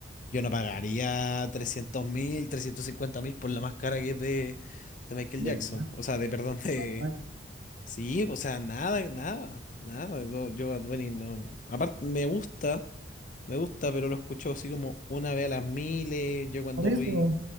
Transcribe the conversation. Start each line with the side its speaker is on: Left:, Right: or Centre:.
Left: Yo no pagaría 300 mil, 350 mil por la máscara que es de, de Michael
Right: De
Left: Jackson.
Right: Bad Bunny,
Left: O sea, de, perdón, de...
Right: Bad Bunny.
Left: Sí, o sea, nada, nada, nada. Yo, yo Bad Bunny no... Aparte, me gusta, me gusta, pero lo escucho así como una vez a las miles. Yo cuando
Right: Por eso,
Left: voy,